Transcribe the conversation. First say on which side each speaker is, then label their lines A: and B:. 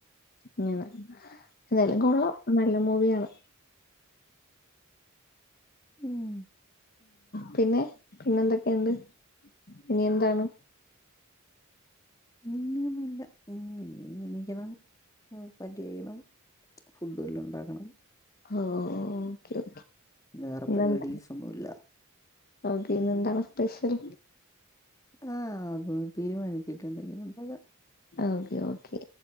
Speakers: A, on the left (about 45°); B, on the left (about 15°).
A: ഇങ്ങന്ന് എന്തായാലും കൊള്ളോ നല്ല മൂവിയിയാണ്
B: ഉം
A: പിന്നെ പിന്നെ എന്തൊക്കെയുണ്ട് ഇനി എന്താണ്
B: ഇനന്നല്ല ഉ ഇീ എനിക്കണം പറ്റേക്കണം ഫുഡ് എല്ലാം ഉണ്ടാക്കണം
A: ആഹ ഓക്കെ ഓെ
B: വേറെ പരിപാടീസ്
A: നന്ദ
B: ഒന്നുമില്ല
A: ഓക്കെ ഇന്നെന്താണ് സ്പെഷ്യൽ
B: ആഹ് അത് തീരുമാനിച്ചിട്ട എന്തെങ്കിലും ഉണ്ടോ അ
A: ഓകെ ഓക്കെ